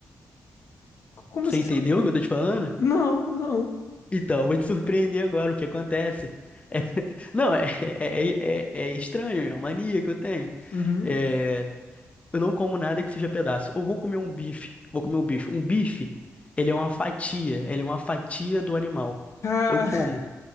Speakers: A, on the left (about 65°); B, on the left (about 25°).
A: C- Como
B: Você
A: assim
B: entendeu
A: você
B: o que eu tô te falando?
A: não. Não, não.
B: Então, eu vou te surpreender agora. O que acontece? É- <laughs> Não, é, é, é, é é estranho, é uma mania que eu tenho.
A: Uhum.
B: É, Eu não como nada que seja pedaço. Ou vou comer um bife. Vou comer um bife. Um bife, ele é uma fatia. Ele é uma fatia do animal.
A: Ah,
B: Eu como.
A: <laughs>